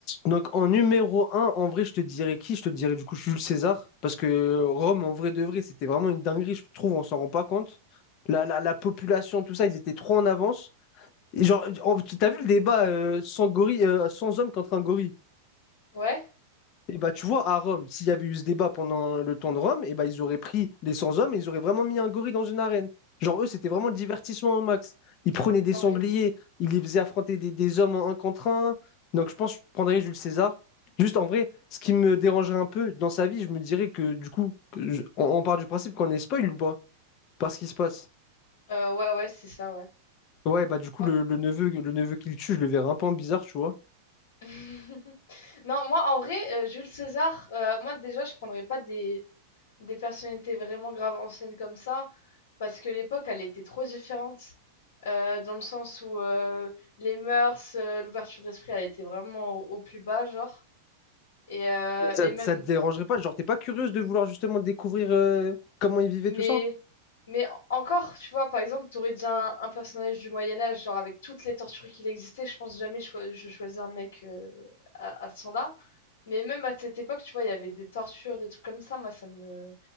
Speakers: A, on the left; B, on the left.
A: Donc en numéro un en vrai, je te dirais qui? Je te dirais du coup Jules César, parce que Rome, en vrai de vrai, c'était vraiment une dinguerie, je trouve, on s'en rend pas compte. La, la, la population, tout ça, ils étaient trop en avance. Et genre, en- t'as vu le débat euh, sans gorille, euh, sans homme contre un gorille?
B: Ouais,
A: Et bah, tu vois, à Rome, s'il y avait eu ce débat pendant le temps de Rome, et bah, ils auraient pris des cent hommes et ils auraient vraiment mis un gorille dans une arène. Genre, eux, c'était vraiment le divertissement au max. Ils prenaient des
B: en
A: sangliers,
B: vrai.
A: ils les faisaient affronter des, des hommes en un contre un. Donc, je pense que je prendrais Jules César. Juste en vrai, ce qui me dérangerait un peu dans sa vie, je me dirais que du coup, que je- on, on part du principe qu'on est spoil ou pas? Parce qu'il se passe.
B: Euh, ouais, ouais, c'est ça, ouais.
A: Ouais, bah, du coup,
B: Bon.
A: le, le neveu, le neveu qu'il tue, je le verrais un peu en bizarre, tu vois.
B: <laughs> Non, moi, en vrai, euh, Jules César, euh, moi, déjà, je prendrais pas des... des personnalités vraiment graves anciennes comme ça, parce que l'époque, elle était trop différente, euh, dans le sens où euh, les mœurs, euh, l'ouverture d'esprit, elle était vraiment au, au plus bas, genre. Et, euh,
A: Mais Ça,
B: et même,
A: ça te dérangerait pas? Genre, t'es pas curieuse de vouloir justement découvrir euh, comment ils vivaient
B: mais,
A: tout ça?
B: mais en- encore, tu vois, par exemple, tu aurais déjà un, un personnage du Moyen-Âge, genre avec toutes les tortures qu'il existait, je pense jamais je, je choisis un mec euh, à, à ce temps-là. Mais même à cette époque, tu vois, il y avait des tortures, des trucs comme ça, moi, ça me...